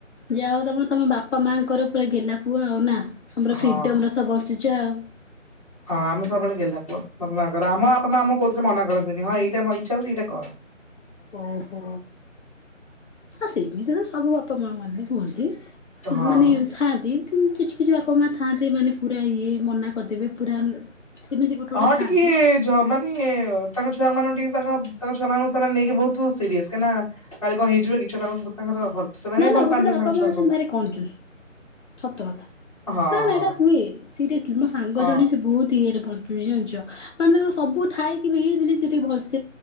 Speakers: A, on the left; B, on the left.
A: ଯାହା ହଉ ତମେ ତମ ବାପା ମା ମାଙ୍କର ପୁରା ଗେଲ୍ହା ପୁଅ ଆଉ ନା, ତମର
B: ହଁ।
A: ଫ୍ରିଡମର ସହ ବଞ୍ଚିଛ ଆଉ ।
B: ହଁ ଆମେ ସବୁବେଳେ ଗେଲ୍ହା ପୁଅ, ବାପା ମା'ଆଙ୍କର ଆମ ବାପା ମା ଆମକୁ କୋଉଥିରେ ମନା କରନ୍ତିନି ହଁ ଏଇଟା ଆମ ଇଚ୍ଛା ହଉଛି ଏଇଟା କର ।
A: ଓହୋ, ଆ ସେମିତି ତ ସବୁ ବାପା ମା ମାନେ କୁହନ୍ତି,
B: ହଁ।
A: ମାନେ ଥାଆନ୍ତି, କିଛି କିଛି ବାପା ମା ଥାଆନ୍ତି ମାନେ ପୁରା ଇଏ ମନା କରିଦେବେ ପୁରା ସେମିତି ଗୋଟେ ଗୋଟେ
B: ହଁ
A: ଥାଆନ୍ତି
B: ଟିକେ ଯଉ ମାନେ ତାଙ୍କ ଛୁଆ ମାନ ଟିକେ ତାଙ୍କ ତାଙ୍କ ଛୁଆ ମାନଙ୍କୁ ସେମାନେ ନେଇକି ବହୁତ ସିରିୟସ୍, କାହିନା କାଳେ କଣ ହେଇଯିବ କି ଛୁଆ ତାଙ୍କର ଭଲ ସେମାନେ
A: ନା
B: ବି
A: ନା
B: ଭଲ
A: ଗୋଟେ
B: ପାଆନ୍ତି
A: ଗୋଟେ ବାପା
B: ତାଙ୍କ
A: ମା
B: ଛୁଆଙ୍କୁ।
A: ଅଛନ୍ତି ଭାରି କଞ୍ଜୁଶ ସତ କଥା,
B: ହଁ
A: ନା ନା
B: ହଁ
A: ଏଇଟା ହୁଏ ସିରିଏସଲି ମୋ ସାଙ୍ଗ
B: ହଁ।
A: ଜଣେ ସେ ବହୁତ ଇଏରେ ବଞ୍ଚ ବଞ୍ଜି ଜାଣିଛ, ମାନେ ତାଙ୍କର ସବୁ ଥାଇକି ବି ଏଭଳି <inaudible>